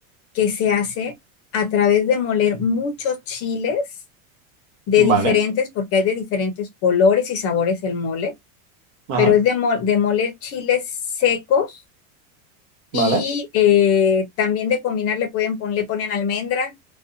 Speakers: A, on the left (about 35°); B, on the right (about 55°).
A: que se hace a través de moler muchos chiles de
B: Vale.
A: diferentes, porque hay de diferentes colores y sabores el mole,
B: Ajá.
A: pero es de, mo- de moler chiles secos y
B: Vale.
A: eh, también de combinar le pueden pon- le ponen almendra